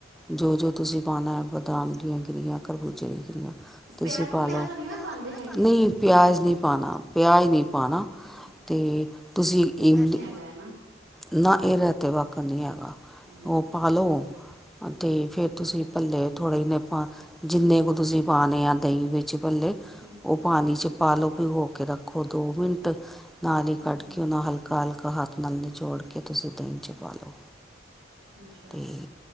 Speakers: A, in the centre; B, on the right.
A: ਜੋ- ਜੋ ਤੁਸੀਂ ਪਾਉਣਾ ਹੈ ਬਦਾਮ ਦੀਆਂ ਗਰੀਆਂ। ਖਰਬੂਜੇ ਦੀ ਗੀਰੀਆਂ ਤੇਸੀਂ
B: ਪਿਆਜ
A: ਪਾ
B: ਵਗੈਰਾ
A: ਲਓ
B: ਤਾਂ ਨਹੀਂ ਨਾ ਪਾਉਂਦੇ ਹੈਗੇ
A: ਨਹੀਂ
B: ਉਹਦੇ ਵਿੱਚ
A: ਪਿਆਜ਼
B: ਦਹੀਂ ਦੇ ਵਿੱਚ
A: ਨਹੀਂ ਪਾਣਾ। ਪਿਆਜ਼ ਨਹੀਂ ਪਾਣਾ
B: ਅੱਛਾ
A: ਤੇ ਤੁਸੀਂ ਇਮਲੀ
B: ਪਾਨਾ,
A: ਨਾ ਇਹ ਰਹਿਤੇ ਵਕ ਨਹੀਂ ਹੈਗਾ,
B: ਹਮ
A: ਉਹ
B: ਅੱਛਾ
A: ਪਾ ਲਉ। ਤੇ ਫੇਰ ਤੁਸੀਂ ਭਲੇ ਥੋੜਾ ਜਿਨਾ ਪਾ ਜਿੰਨੇ ਕੁ ਤੁਸੀਂ ਪਾਣੇ ਆ ਦਹੀਂ ਵਿੱਚ ਭੱਲੇ।
B: ਹੂੰ।
A: ਉਹ ਪਾਣੀ ਚ ਪਾ ਲਓ, ਭਿਗੋ ਕੇ ਰੱਖੋ ਦੋ ਮਿੰਟ ਨਾਲ ਹੀ
B: ਹਮ
A: ਕੱਢ ਕੇ ਉਹ ਨਾਲ ਹਲ ਕਾ ਹਲਕ ਹੱਥ ਨਾਲ ਨਿਚੋੜ ਕੇ ਤੁਸੀਂ ਦਹੀ ਚ ਪਾ ਲਓ,
B: ਅੱਛਾ
A: ਤੇ।